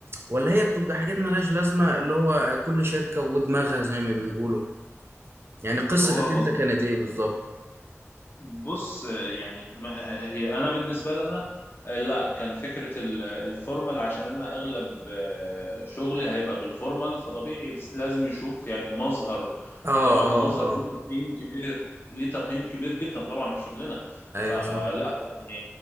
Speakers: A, on the right; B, on the left.
A: ولا هي بتبقى حاجات ملهاش لازمه اللي هو كل شركه ودماغها زي ما بيقولوا يعني قصتك
B: هو
A: انت
B: بص
A: كانت ايه بالظبط
B: بص يعني ما- هي انا بالنسبه لنا لا كان فكره ال- الفورمال عشان انا اغلب آه، شغلي هيبقى بالفورمال فطبيعي لازم يشوف يعني مظهر
A: اه
B: وطبعا
A: اه
B: المظهر
A: اه
B: ليه تقييم كبير ليه تقييم كبير جدا طبعا في شغلنا
A: ايوه
B: فلا
A: صح
B: يعني